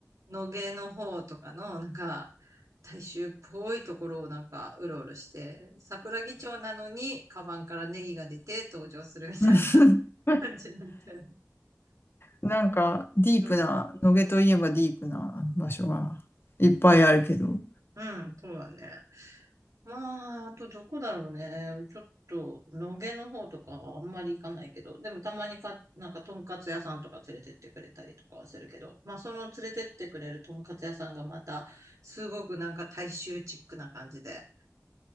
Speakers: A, on the right; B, on the left.
A: 野毛の方とかの、なんか、大衆っぽいところをなんか、うろうろして、桜木町なのに、カバンからネギが出て登場するみたいな
B: <laughs>
A: <laughs> 感じなんだよね。
B: なんか、ディープな、
A: うん、
B: 野毛といえばディープな場所がいっぱいあるけど、
A: うん、そうだね。まあ、あとどこだろうね。ちょっと、野毛の方とかはあんまり行かないけど、でもたまにか、なんか、とんかつ屋さんとか連れてってくれたりとかはするけど、まあ、その連れてってくれるとんかつ屋さんがまた、すごくなんか大衆チックな感じで、